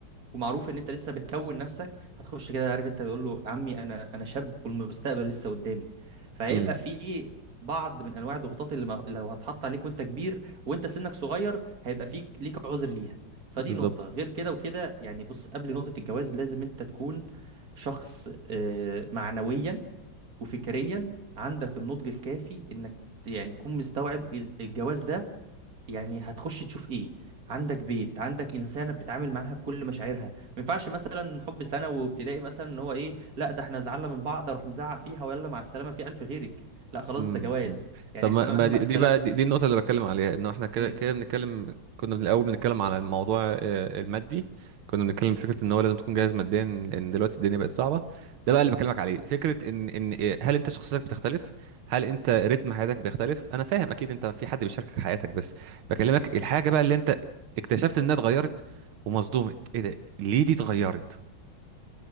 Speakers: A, on the right; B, on the right.
A: ومعروف ان انت لسه بتكون نفسك هتخش كده عارف انت بيقول له عمي انا انا شاب والمستقبل لسه قدامي فهيبقى
B: امم
A: في بعض من انواع الضغوطات اللي ما... لو هتحط عليك وانت كبير وانت سنك صغير هيبقى فيك ليك عذر ليها فدي
B: بالظبط
A: نقطه غير كده وكده يعني بص قبل نقطه الجواز لازم انت تكون شخص آه، معنويا وفكريا عندك النضج الكافي انك يعني تكون مستوعب إز- الجواز ده يعني هتخش تشوف ايه عندك بيت عندك انسانه بتتعامل معاها بكل مشاعرها ما ينفعش مثلا حب ثانوي وابتدائي مثلا ان هو ايه لا ده احنا زعلنا من بعض اروح مزعق فيها ويلا مع السلامه في الف غيرك لا خلاص
B: امم
A: ده جواز
B: أمم.
A: يعني
B: طب
A: احنا
B: ما
A: مهما
B: ما دي,
A: اختلفنا
B: دي بقى دي, دي النقطة اللي بتكلم عليها انه احنا كده
A: امم
B: كده بنتكلم كنا من الاول بنتكلم على الموضوع آه، المادي كنا بنتكلم في فكرة ان هو لازم تكون جاهز ماديا لان دلوقتي الدنيا بقت صعبة ده بقى اللي بكلمك عليه فكرة ان ان آه، هل انت شخصيتك بتختلف هل انت رتم حياتك بيختلف انا فاهم اكيد انت في حد بيشاركك حياتك بس بكلمك الحاجة بقى اللي انت اكتشفت انها اتغيرت ومصدوم ايه ده ليه دي اتغيرت